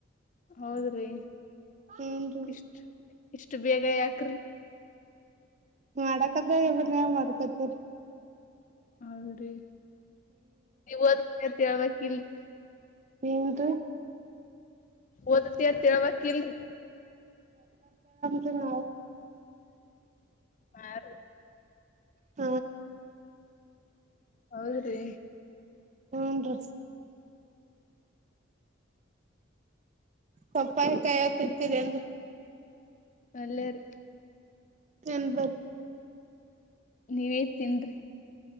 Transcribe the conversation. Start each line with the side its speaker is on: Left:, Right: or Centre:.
Left: ಹೌದ್ರಿ
Right: ಹೂನ್ರಿ
Left: ಇಷ್ಟ ಇಷ್ಟು ಬೇಗ ಯಾಕ್ರಿ
Right: ಮಾಡಕದ ಇವನ್ಯ ಮಾಡಕತ್ತ
Left: ಹೌದ್ರೀ ನೀವುದ ಹೇಳ್ಬೇಕಕ್ ಇಲ್ರಿ
Right: ನಿಮ್ದು
Left: ಓದತ ಅ ತಿೇಳ್ಬೇಕಕ್ ಇಲ್ರಿ
Right: ಸ ನವು
Left: ಹಾ ರೀ.
Right: ಆ
Left: ಹೌದ್ರಿ
Right: ಹನ್ ರ ಸ್ವಪ್ಪ ಕಾಯಿಗ ತಿಂತೀರಿ ಅಂದ
Left: ಅಳ್ಳೇ ರೀ
Right: ಚ ಬ
Left: ನೀವೇ ತಿನ್್ರಿ